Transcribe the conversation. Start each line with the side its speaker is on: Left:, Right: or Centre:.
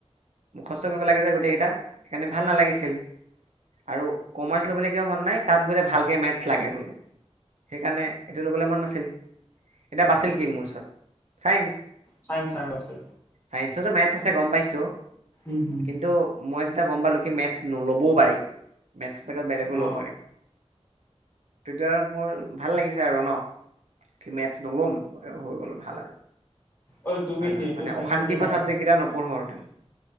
Right: মুখস্থ কৰিব লাগে যে গোটেইকেইটা সেইকাৰণে ভাল নালাগিছিল আৰু কমাৰ্চ লবলে কিয় মন নাই তাত বোলে ভালকে মেথছ লাগে বোলে সেইকাৰণে এইটো ল'বলৈ মন নাছিল এতিয়া বাচ কি মোৰ ওচৰত চাইন্স
Left: চাইন্স চাইন্স আছে।
Right: চাইন্সতো মেথছ আছে গম পাইছো
Left: উম হুম।
Right: কিন্তু মই যেতিয়া গম পালো কি মেথছ নল'বও পাৰি মেথছ জেগাত বেলেগো
Left: অ
Right: ল'ব পাৰিম তেতিয়া আৰু মোৰ ভাল লাগিছে আৰু ন মেথছ নল'ম হৈ গ'লে ভাল আৰু
Left: ঐ তুমি
Right: হয়ে নহয়
Left: এইটো
Right: মানে
Left: চাইছা
Right: অশান্তিৰ
Left: কি নাই
Right: পৰা ছাবজেক্ট কেইটা নপঢ়ো আৰু